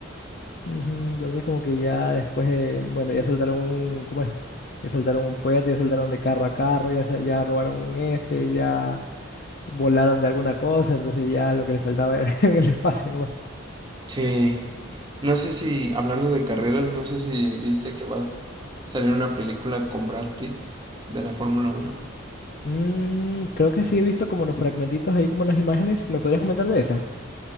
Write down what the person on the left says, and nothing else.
Ujú, Entonces como que ya después de, bueno, ya saltaron un, ¿cómo es? Ya saltaron un puente, ya saltaron de carro a carro, ya, sa- ya robaron un este, ya volaron de alguna cosa, entonces ya lo que les faltaba era <laughs> en el espacio nomás.
Mm, creo que sí he visto como unos fragmentitos ahí, como unas imágenes. ¿Me podrías comentar de esa?